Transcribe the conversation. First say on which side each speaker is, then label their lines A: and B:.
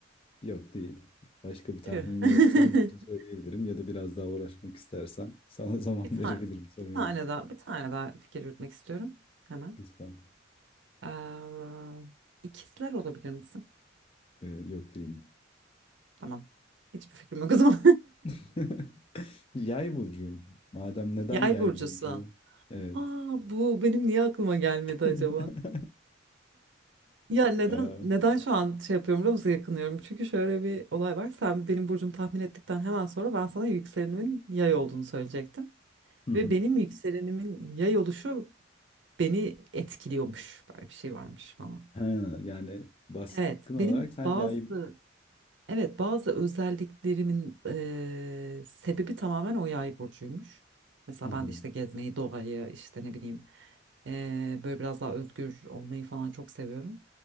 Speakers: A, on the left; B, on the right.
A: Yok değil. Başka bir tahminin
B: Püh. <laughs>
A: yoksa hızlıca söyleyebilirim ya da biraz daha uğraşmak istersen sana <laughs> zaman
B: Bir tane,
A: verebilirim. Sorun
B: bir
A: yok.
B: tane daha, bir tane daha fikir yürütmek istiyorum hemen.
A: Lütfen.
B: Ee, ikizler olabilir misin?
A: Ee, yok değilim.
B: Tamam. Hiçbir fikrim yok o zaman.
A: <laughs> Yay burcu. Madem
B: <laughs>
A: neden
B: Yay
A: yay
B: burcusu.
A: burcu? Evet.
B: Aa, bu benim niye aklıma gelmedi
A: <laughs>
B: acaba? Ya neden
A: Eee,
B: neden şu an şey yapıyorum biliyor musun? yakınıyorum? Çünkü şöyle bir olay var. Sen benim burcumu tahmin ettikten hemen sonra ben sana yükselenimin yay olduğunu söyleyecektim.
A: hı
B: Ve
A: hı.
B: benim yükselenimin yay oluşu beni etkiliyormuş. Böyle bir şey varmış falan.
A: Ha, yani baskın
B: Evet,
A: olarak
B: benim
A: sen
B: bazı
A: yayı
B: Evet, bazı özelliklerimin eee, sebebi tamamen o yay burcuymuş. Mesela
A: Hı hı,
B: ben de işte gezmeyi, doğayı, işte ne bileyim eee, böyle biraz daha özgür olmayı falan çok seviyorum.